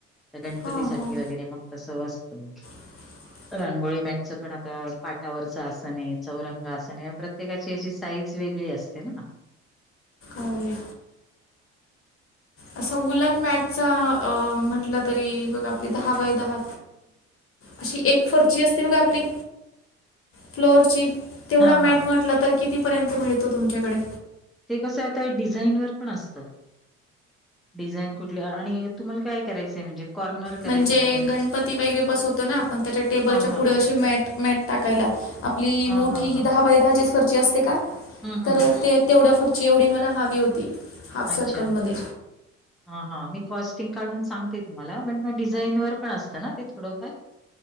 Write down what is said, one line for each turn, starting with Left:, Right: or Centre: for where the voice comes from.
Centre: गणपती
Left: हां
Centre: साठी
Left: हां
Centre: वगैरे मग तसं असतं,,
Left: <inaudible>
Centre: रांगोळी मॅच पण आता, पाटावरच आसणय, चौरंग आसणय,, प्रत्येकाची साईज वे वेगळे असते ना.
Left: ओकै, असं वुलन मॅटचा अ म्हटलं तरी, बघा आपली दहा, बाय दहा अशी एक फर्शी असते बघा आपली, फ्लोअर ची. तेवढा
Centre: हां,
Left: मॅट
Centre: हां.
Left: म्हटलं तर कितीपर्यंत मिळतो तुमच्याकडे?
Centre: ते कसं आता डिझाईनवर पण असत डिझाइन कुठल्या आणि तुम्हाला काय करायचंय म्हणजे कॉर्नर करायचंय?
Left: म्हणजे गणपती वगैरे बस होतो ना आपण त्याच्या टेबलच्या
Centre: हां, हां.
Left: पुढे अशी मॅट मॅट टाकायला आपली
Centre: हां,
Left: मोठी
Centre: हां,
Left: ही
Centre: हां.
Left: दहा बाय दहाचीच फर्शी असते का?
Centre: हं,
Left: तर
Centre: हं.
Left: ते तेवढ्या फरची एवढी मला हवी होती हाफ सर्कलमध्ये
Centre: अच्छा हा हा मी काॅस्टीग काढून सांगते तुम्हाला पण डिझाईन वर पण असत ना थोडंफार?